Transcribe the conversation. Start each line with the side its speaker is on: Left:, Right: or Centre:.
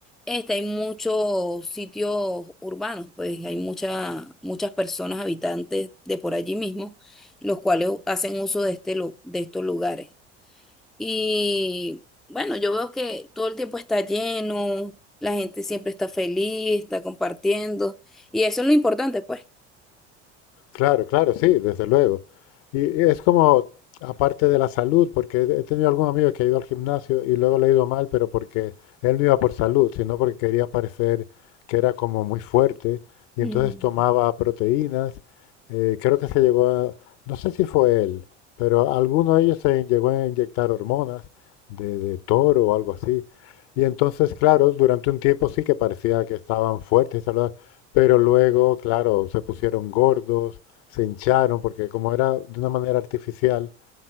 Centre: este, hay muchos sitios urbanos, pues hay mucha, muchas personas habitantes de por allí mismo, los cuales hacen uso de, este, lu- de estos lugares. Y bueno, yo veo que todo el tiempo está lleno, la gente siempre está feliz, está compartiendo, y eso es lo importante, pues.
Left: Claro, claro, sí, desde luego. Y y es como, aparte de la salud, porque he he tenido algún amigo que ha ido al gimnasio y luego le ha ido mal, pero porque él no iba por salud, sino porque quería parecer que era como muy fuerte
Centre: Mm,
Left: y entonces tomaba proteínas. eh, creo que se llegó a, no sé si fue él, pero alguno de ellos se llegó a inyectar hormonas de, de toro o algo así. Y entonces, claro, durante un tiempo sí que parecía que estaban fuertes y saludables, pero luego, claro, se pusieron gordos se hincharon porque como era de una manera artificial,